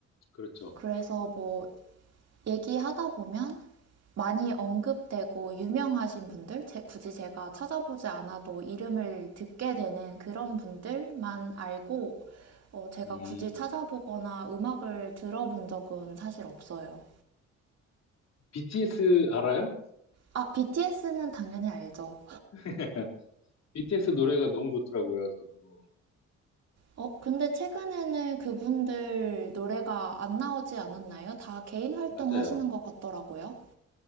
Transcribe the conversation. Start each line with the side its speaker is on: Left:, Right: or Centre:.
Left: 그렇죠.
Right: 그래서 뭐 얘기하다 보면 많이 언급되고 유명하신 분들, 제- 굳이 제가 찾아보지 않아도 이름을 듣게 되는 그런 분들만 알고 어, 제가
Left: 음,
Right: 굳이 찾아보거나 음악을 들어본 적은 사실 없어요.
Left: BTS 알아요?
Right: 아, BTS는 당연히 알죠.
Left: <laughs> BTS 노래가 너무 좋더라고요, 저도.
Right: 어, 근데 최근에는 그분들 노래가 안 나오지 않았나요? 다 개인 활동
Left: 맞아요.
Right: 하시는 것 같더라고요.